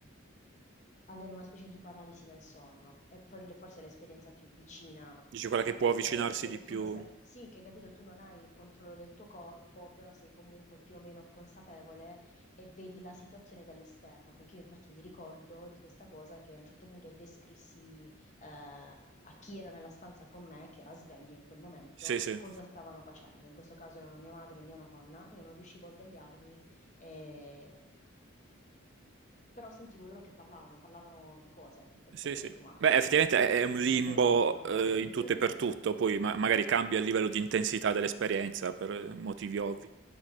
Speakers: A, on the left; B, on the right.
A: avere una specie di paralisi nel sonno. È for- forse l'esperienza più vicina,
B: dici quella
A: ecco,
B: che può avvicinarsi
A: che dove
B: di
A: tu
B: più.
A: non sei... Sì, che capito, tu non hai il controllo del tuo corpo, però sei comunque più o meno consapevole e vedi la situazione dall'esterno. Perché io infatti mi ricordo di questa cosa che a un certo punto descrissi eh, a chi era nella stanza con me, che era sveglio in quel momento,
B: Sì, sì,
A: cosa stavano facendo. In questo caso erano mia madre e mia nonna. Io non riuscivo a svegliarmi e però sentivo loro che parlavano, parlavano di cose e
B: sì,
A: poi ho
B: sì.
A: detto, ma
B: Beh,
A: mm,
B: effettivamente è, è un limbo,
A: ho fatto loro delle domande.
B: eh, in tutto
A: <laughs>
B: e per tutto, poi ma- magari cambia il livello di
A: Sì,
B: intensità dell'esperienza per eh, motivi ovvi.